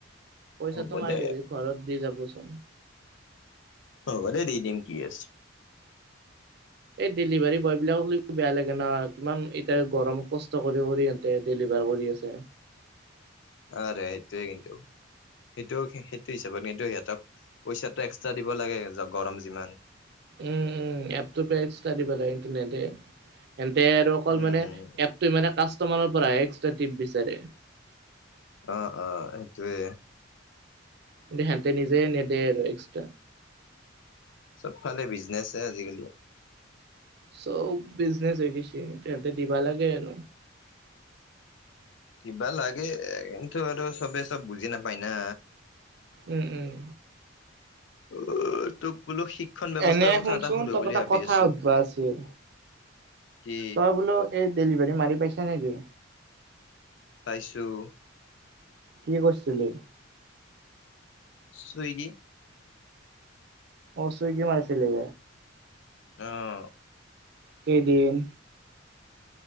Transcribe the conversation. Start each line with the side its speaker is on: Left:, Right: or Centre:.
Right: পইচাটো
Left: হ'ব
Right: মাৰি
Left: দে
Right: দিবি ঘৰত দি যাবচোন।
Left: অ' হ'বদে, দি দিম কি আছে।
Right: এই ডেলিভাৰী বয় বিলাকো বেয়া লাগে ন, কিমান এতিয়া গৰমত কষ্ট কৰি কৰি হতে দেলিভাৰি <unintelligible> কৰি আছে।
Left: অ' ৰে! এইটোৱে কিন্তু। সেইটো, সেইটো হিচাপত কিন্তু সিহঁতক, পইচাটো এক্সট্ৰা দিব লাগে, গৰম যিমান।
Right: উম! উম! এপটো পে এক্সট্ৰা দিব লাগে কিন্তু নেদে। তেন্তে আৰু অকল
Left: উম
Right: মানে এপটোই মানে কাষ্টমাৰৰ পৰাহে এক্সট্ৰা ট্ৰিপ বিচাৰে।
Left: অ, অ সেইটোৱে।
Right: দে হেনতে নিজে নেদে আৰু এক্সট্ৰা।
Left: চবফালে বিজনেচহে আজিকালি।
Right: চ'ব বিজনেচ হৈ গিছি, তেহঁতে দিবা লাগে আৰু।
Left: দিবা লাগে, কিন্তু আৰু চবে চব বুজি নাপায় না।
Right: উম উম
Left: অ' তোক বোলো শিক্ষণ ব্যৱস্থাৰ
Right: এনে
Left: কথা
Right: শুনচোন,
Left: এটা সুধো
Right: তোক
Left: বুলি
Right: এটা
Left: ভাবি
Right: কথা
Left: আছো
Right: সুধিব আছিল।
Left: কি
Right: তই বোলোঁ, এই ডেলিভাৰী মাৰি পাইছা নেকি?
Left: পাইছোঁ।
Right: কি কৰিছিলি?
Left: ছুইগি।
Right: অ ছুইগি মাৰিছিলি।
Left: অ'হ।
Right: কেইদিন?